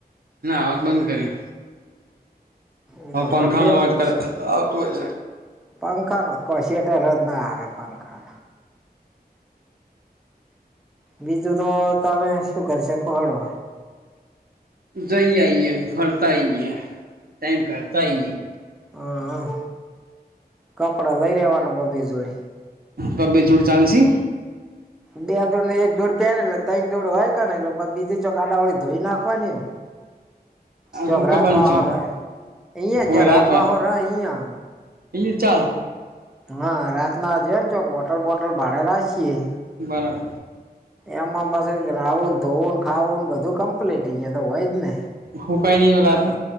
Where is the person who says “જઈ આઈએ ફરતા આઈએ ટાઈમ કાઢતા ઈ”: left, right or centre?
Right